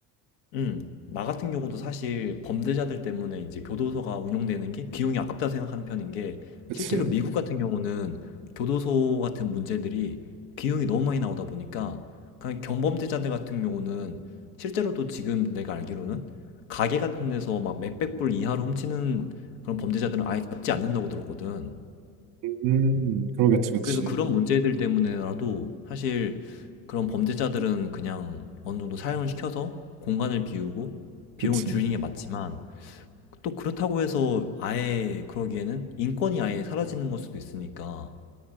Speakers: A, on the left; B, on the right.
A: 음. 나 같은 경우도 사실 범죄자들 때문에 이제 교도소가 운영되는 게 비용이 아깝다 생각하는 편인 게
B: 그치.
A: 실제로 미국 같은 경우는 교도소 같은 문제들이 비용이 너무 많이 나오다 보니까 그냥 경범죄자들 같은 경우는 실제로도 지금 내가 알기로는 가게 같은 데서 막 몇백 불 이하로 훔치는 그런 범죄자들은 아예 잡지 않는다고 들었거든.
B: 음, 그러겠지, 그치.
A: 그래서 그런 문제들 때문에라도 사실 그런 범죄자들은 그냥 어느 정도 사형을 시켜서 공간을 비우고
B: 그치.
A: 비용을 줄이는 게 맞지만 또 그렇다고 해서 아예 그러기에는 인권이 아예 사라지는 걸 수도 있으니까